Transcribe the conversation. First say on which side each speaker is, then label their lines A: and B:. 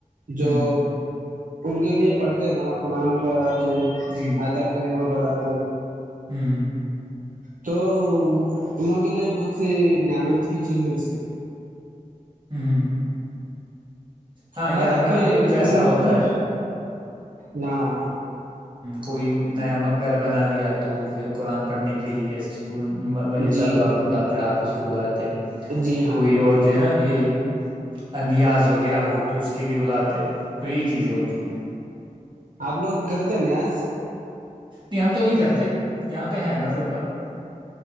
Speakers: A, on the right; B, on the right.
A: جو
B: ہوں
A: ان کے لیے پڑھتے نا قرآن پڑھا
B: جی
A: آدار کر م پڑات
B: ہ
A: تو ان لوگ کے لیے ب سے نعمت کی چیز ہے اس میں
B: ہوں ہوں ہاں یہاں
A: اورر آپ
B: یہاں
A: کو
B: پہ
A: یہ
B: بھی ویسا
A: سن ہوگی
B: ہوتا ہے
A: ہاں
B: کوئی نیا گھر بنا لیا تو پھر قرآن پڑھنے کے لیے یہ طلبا
A: جی جی
B: کو بلاتے
A: جی
B: حافظ کو بلاتے
A: جی ہاں
B: کوئی
A: جی
B: اور
A: جی
B: جو ہے نا یہ نیاز وغیرہ ہو تو اس کے لیے بلاتے تو یہی چیزیں ہوتی اکی
A: آپ لوگ گتے نہیں آج
B: نہیں ہم تو نہیں کرتے یہاں پہ ہے مطلب